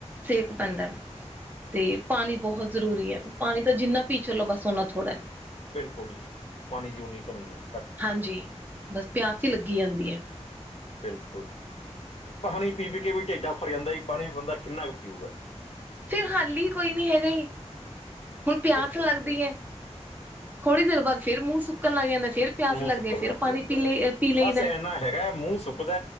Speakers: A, on the right (about 15°); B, on the left (about 60°).
A: ਸੇਕ ਪੈਂਦੈ। ਤੇ ਪਾਣੀ ਬਹੁਤ ਜ਼ਰੂਰੀ ਐ ਪਾਣੀ ਤਾ ਜਿੰਨਾ ਪੀ ਚੱਲੋ ਬਸ ਓਨਾ ਥੋੜ੍ਹੈ।
B: ਬਿਲਕੁਲ ਜੀ ਪਾਣੀ ਦੀ ਉਨੀ ਕਮੀ ਐ।
A: ਹਾਂਜੀ, ਬਸ ਪਿਆਸ ਹੀ ਲੱਗੀ ਜਾਂਦੀ ਐ।
B: ਬਿਲਕੁਲ, ਪਾਣੀ ਪੀ-ਪੀ ਕੇ ਵੀ ਢਿੱਡ ਆਫ਼ਰ ਜਾਂਦਾ ਜੀ। ਪਾਣੀ ਵੀ ਬੰਦਾ ਕਿੰਨਾ ਕੁ ਪੀਊਗਾ?
A: ਫਿਰ ਹੱਲ ਹੀ ਕੋਈ ਨੀ ਹੈਗਾ ਹੀ, ਹੁਣ ਪਿਆਸ
B: ਬਿਲਕੁਲ
A: ਲੱਗਦੀ
B: ਜੀ ਬਿਲਕੁਲ
A: ਐ। ਥੋੜੀ ਦੇਰ ਬਾਦ ਫੇਰ ਮੂੰਹ ਸੁੱਕਣ ਲੱਗ ਜਾਂਦਾ ਫਿਰ ਪਿਆਸ
B: ਮੂੰਹ
A: ਲੱਗਦੀ
B: ਸੁੱਕਣ
A: ਹੈ ਫਿਰ
B: ਲੱਗ
A: ਪਾਣੀ
B: ਜਾਂਦਾ
A: ਪੀ ਲਈ
B: ਐ
A: ਪੀ ਲਈਦਾ
B: ਬਸ ਇੰਨਾ ਹੈਗਾ ਮੂੰਹ ਸੁੱਕ ਸੁਕਦਾ